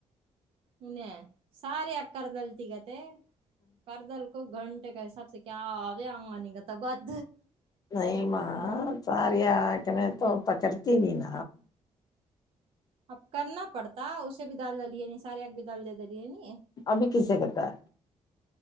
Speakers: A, on the right; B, on the left.
A: ہ نےیں سارے اکردل تیقات پرردل کو گھنٹے کا حساب سے کیا آبے آگمنی کا تو بت
B: نہیںئیم ساریکن تو پ کرتیین ن
A: اب کرنا پڑتا اسے بھی ڈل د لی ہے ن سارے آگ بھی ڈل دے دلی ہےنی
B: ابھی کسے کرتا ہے